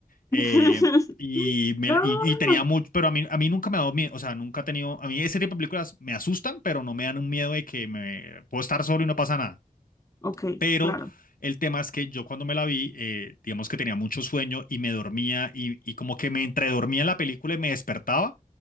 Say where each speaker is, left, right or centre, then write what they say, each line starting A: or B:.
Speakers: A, on the left; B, on the left.
A: eh,
B: <laughs>
A: y, me,
B: No.
A: la- y, y tenía mucho, pero a mí, a mí nunca me ha dado miedo, o sea, nunca he tenido, a mí ese tipo de películas me asustan, pero no me dan un miedo de que me puedo estar solo y no pasa nada
B: Ok,
A: pero
B: claro.
A: el tema es que yo cuando me la vi, eh, digamos que tenía mucho sueño y me dormía y, y como que me entredormía en la película y me despertaba,